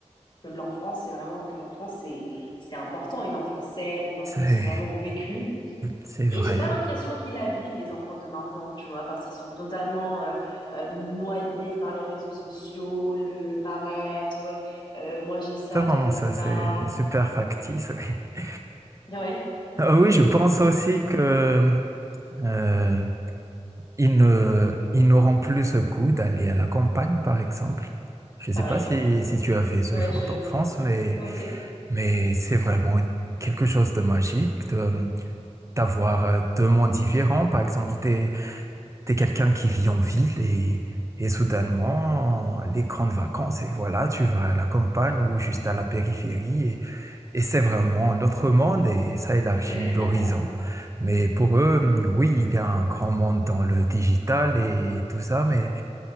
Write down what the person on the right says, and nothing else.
C'est,
c'est
vrai.
C'est vraiment
ça,
c'est super factice. Oui,
Ah oui, je pense aussi que euh, ils ne, ils n'auront plus ce coup d'aller à la campagne, par exemple. Je ne
sais pas
si, si tu avais ce
genre
d'enfance, mais,
mais c'est vraiment quelque chose de magique de- d'avoir euh, deux mondes différents. Par exemple, t'es, T'es quelqu'un qui vit en ville et, et soudainement, les grandes vacances, et voilà, tu vas à la campagne ou juste à la périphérie, et, et c'est vraiment un autre monde et ça élargit
l'horizon. Mais pour eux, hum, oui, il y a un grand monde dans le digital et tout ça, mais,